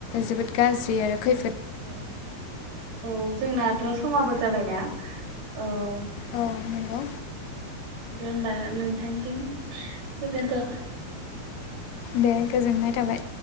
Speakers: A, on the left; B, on the right.
A: जोबोद गाज्रि आरो खै
B: औ औ जोंनाथ' समाबो जाबायना ओ <inaudible>
A: औ नंगौ
B: दे होमबा नोंथांसिम गोजोनथों
A: दे गोजोननाय थाबाय